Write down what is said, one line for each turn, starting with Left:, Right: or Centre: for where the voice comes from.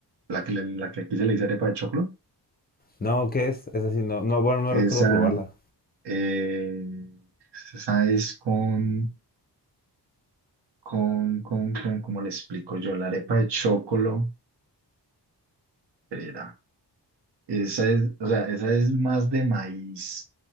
Right: la que, le- la que aquí se le dice arepa de choclo,
Left: No, ¿qué es? Es así, no, no, bueno, no
Right: esa,
Left: recuerdo probarla.
Right: eh, esa es con, con, con, con, ¿cómo le explico yo? La arepa de choclo, espera, esa es, o sea, esa es más de maíz,